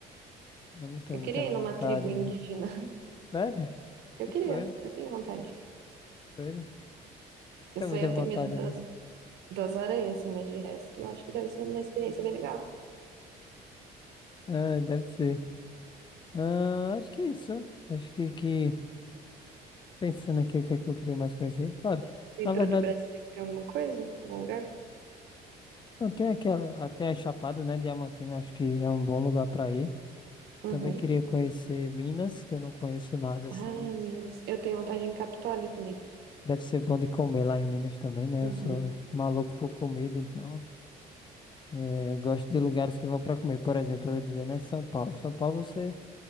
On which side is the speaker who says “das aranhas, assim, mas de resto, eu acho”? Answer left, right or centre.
Right